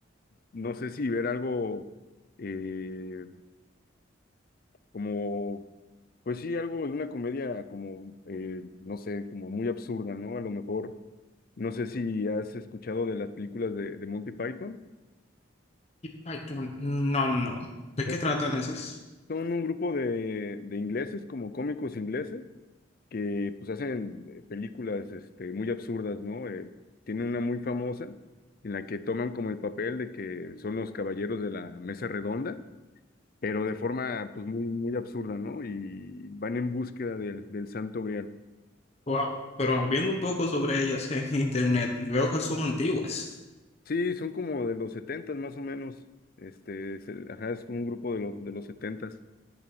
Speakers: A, on the left; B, on the left.
A: no sé si ver algo. eh, como, pues sí, algo de una comedia como, eh, no sé, como muy absurda, ¿no? A lo mejor, no sé si has escuchado de las películas de, de Monty Python.
B: Y Python. No, no, no. ¿De
A: Eh,
B: qué tratan esas?
A: Son un grupo de, de ingleses, como cómicos ingleses, que pues hacen eh, películas este, muy absurdas, ¿no? Eh, tienen una muy famosa en la que toman como el papel de que son los caballeros de la mesa redonda, pero de forma pues muy, muy absurda, ¿no? Y van en búsqueda del, del Santo Grial.
B: Wow. Pero viendo un poco sobre ellas en internet, veo que son antiguas.
A: Sí, son como de los setentas más o menos. Este, es, el- ajá, es un grupo de los de los setentas.